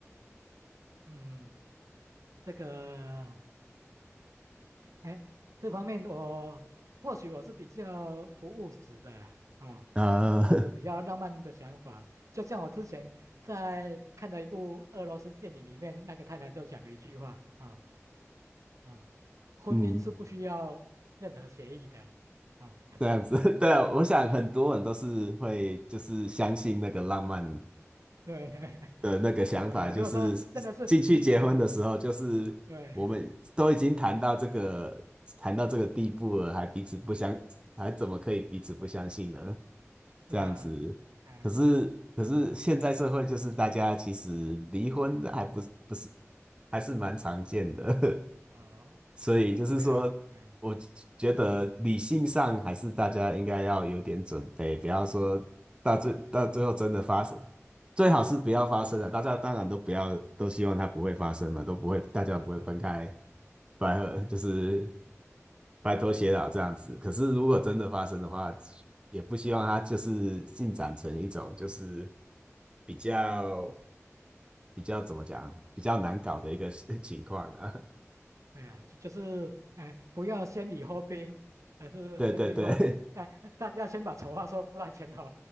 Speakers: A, on the right (about 80°); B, on the right (about 20°).
A: 嗯，这个，哎，这方面我或许我是比较不务实的啦，啊、
B: 啊，
A: 或者比较浪漫的想法，
B: <laughs>
A: 就像我之前在看的一部俄罗斯电影里面，那个太太就讲了一句话啊啊，婚姻是不需要任何协议的啊，
B: 嗯，这样子，<laughs> 对啊，我想很多人都是会就是相信那个浪漫。
A: 对 <laughs>
B: 的那个想法，
A: 对不对？
B: 就是进去结婚的时候，
A: 如果说真的是彼此，
B: 就是我们都已经谈到这个谈到这个地步了，
A: 对，
B: 还彼此不相，还怎么可以彼此不相信呢？
A: <laughs> 是啊，
B: 这样子，
A: 哎，
B: 可是可是现在社会就是大家其实离婚还不是不是还是蛮常见的，<laughs>
A: 哦、
B: 所以就是说，
A: 对啦，哎，
B: 我觉得理性上还是大家应该要有点准备，
A: 嗯，
B: 不要说到最到最后真的发生，最好是不要发生了。大家当然都不要，都希望它不会发生嘛，都不会，大家不会分开，
A: 是是是，哎哎是，
B: 白合就是白头偕老这样子。可是如果真的发生的话，也不希望它就是进展成一种就是比较比较怎么讲，比较难搞的一个 <laughs> 情况啊。<laughs>
A: 对啊，就就是哎，不要先礼后兵，而是先兵后礼，
B: 对对对，
A: 大大家先把丑话说在前头。